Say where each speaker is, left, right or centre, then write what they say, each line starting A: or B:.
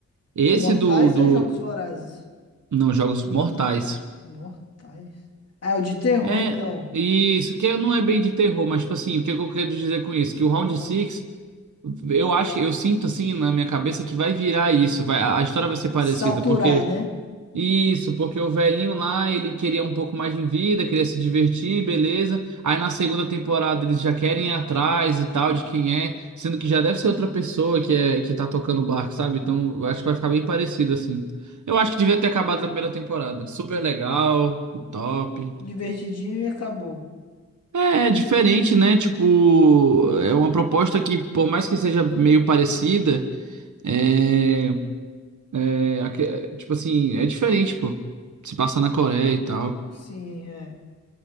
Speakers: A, on the right; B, on the left.
A: Esse
B: É Mortais
A: do, do...
B: ou é Jogos Vorazes?
A: Não, Jogos Mortais.
B: Mortais. Ah, é o de terror,
A: É,
B: então.
A: isso, que não é bem de terror, mas, tipo assim, o que eu quero dizer com isso? Que o Round
B: Hum.
A: Six eu acho, eu sinto, assim, na minha cabeça que vai virar isso. Vai, a a história vai ser parecida,
B: Saturar,
A: porque...
B: né?
A: Isso, porque o velhinho lá, ele queria um pouco mais de vida, queria se divertir, beleza. Aí na segunda temporada eles já querem ir atrás e tal de quem é, sendo que já deve ser outra pessoa que é que tá tocando o barco, sabe? Então, eu acho que vai ficar bem parecido assim. Eu acho que devia ter acabado na primeira temporada. Super legal, top.
B: Divertidinho e acabou.
A: É, é diferente, né? Tipo, é uma proposta que, por mais que seja meio parecida, é, é aque- é, tipo assim, é diferente, pô. Se passa na Coreia e tal.
B: Sim, é.